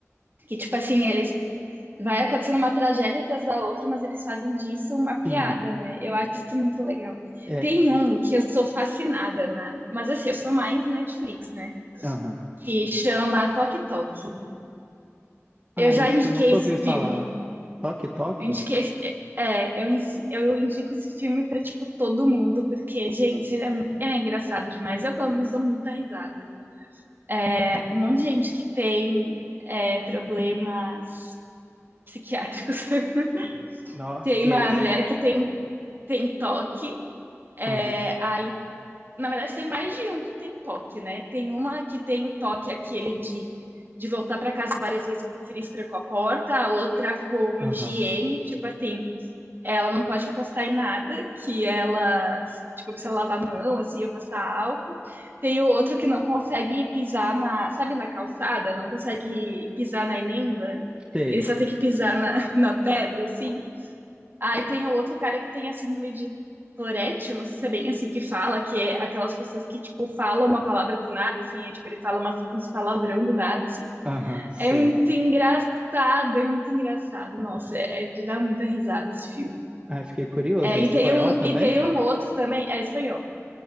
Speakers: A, on the right; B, on the right.
A: Que, tipo assim, eles Vai acontecendo uma tragédia atrás da outra, mas eles fazem disso uma piada,
B: Sim,
A: né? Eu acho isso muito legal.
B: é,
A: Tem um que eu sou fascinada, né? Mas assim, eu sou mais Netflix, né?
B: aham.
A: Que chama Toque Toque.
B: Ah,
A: Eu já
B: isso
A: indiquei
B: eu nunca
A: esse
B: ouvi falar.
A: filme.
B: Toque, toque?
A: Eu indiquei esse- é, eu, ins- eu indico esse filme pra, tipo, todo mundo, porque, gente, ele é, mu- ele é engraçado demais. Eu, pelo menos, dou muita risada. É, um monte de gente que tem é, problemas psiquiátricos. <laughs>
B: Nossa,
A: Tem
B: e
A: uma
B: aí,
A: mulher que tem, tem toque É,
B: aham,
A: aí, na verdade, tem mais de um que tem toque, né? Tem uma que tem o toque aquele de, de voltar para casa várias vezes e conferir se trancou a porta, a outra com
B: aham,
A: higiene, tipo assim, ela não pode encostar em nada, que ela, tipo, precisa lavar a mão, assim, ou passar álcool. Tem o outro que não consegue pisar na, sabe, na calçada, não consegue pisar na emenda,
B: sei,
A: ele só tem que pisar na, <laughs> na pedra, assim. Ah, e tem o outro cara que tem a síndrome de Tourette, eu não sei se é bem assim que fala, que é aquelas pessoas que, tipo, falam uma palavra do nada, assim, é, tipo, ele fala umas, uns palavrão do nada, assim.
B: aham, sei.
A: É muito engraçado, é muito engraçado. Nossa, é, é de dar muita risada esse filme.
B: Ah, fiquei curioso,
A: É,
B: é
A: e
B: espanhol
A: tem um,
B: também?
A: e tem um outro também, é espanhol.